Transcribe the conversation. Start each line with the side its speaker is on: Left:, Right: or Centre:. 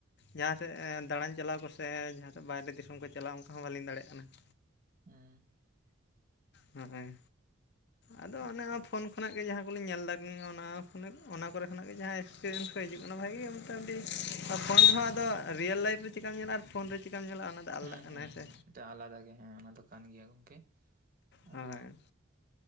Left: ᱡᱟᱦᱟᱸ ᱥᱮᱫ ᱫᱟᱬᱟᱱ ᱪᱟᱞᱟᱣ ᱠᱚᱥᱮ ᱡᱟᱦᱟᱸ ᱥᱮᱫ ᱵᱟᱭᱨᱮ ᱫᱤᱥᱚᱢ ᱠᱚ ᱪᱟᱞᱟᱣ ᱚᱱᱠᱟ ᱦᱚᱸ ᱵᱟᱹᱞᱤᱧ ᱫᱟᱲᱭᱟᱜ ᱠᱟᱱᱟ ᱾
Right: ᱦᱩᱸ
Left: ᱦᱚᱭ ᱟᱫᱚ
Right: ᱟᱪᱪᱷᱟ
Left: ᱚᱱᱮ ᱦᱚᱸ ᱯᱷᱚᱱ ᱠᱷᱚᱱᱟᱜ ᱜᱮ ᱡᱟᱦᱟᱸ ᱠᱚᱞᱤᱧ ᱧᱮᱞ ᱮᱫᱟ ᱚᱱᱟᱱᱟᱜ ᱚᱱᱟ ᱠᱚᱨᱮ ᱠᱷᱚᱱᱟᱜ ᱜᱮ ᱡᱟᱦᱟᱸ ᱮᱠᱥᱯᱤᱨᱤᱭᱮᱱᱥ ᱦᱚᱸ ᱦᱤᱡᱩᱜ ᱠᱟᱱᱟ ᱵᱷᱟᱜᱮ ᱯᱷᱚᱱ ᱦᱚᱸ ᱟᱫᱚ ᱨᱤᱭᱮᱞ ᱞᱟᱭᱤᱯᱷ ᱨᱮ ᱪᱮᱠᱟᱢ ᱧᱮᱚᱜ ᱟᱨ ᱯᱷᱚᱱ ᱨᱮ ᱪᱠᱟ ᱪᱤᱠᱟᱢ ᱧᱮᱞᱟᱼᱟ ᱚᱱᱟ ᱫᱚ ᱟᱞᱟᱫᱟ
Right: ᱦᱩᱸ
Left: ᱠᱟᱱᱟ
Right: ᱦᱩᱸ
Left: ᱦᱮᱸ ᱥᱮ
Right: ᱦᱩᱸ ᱮᱴᱟᱜ ᱟᱞᱟᱫᱟ ᱜᱮ ᱦᱮᱸ ᱚᱱᱟ ᱫᱚ <unintelligible>
Left: ᱦᱳᱭ
Right: ᱟᱫᱚ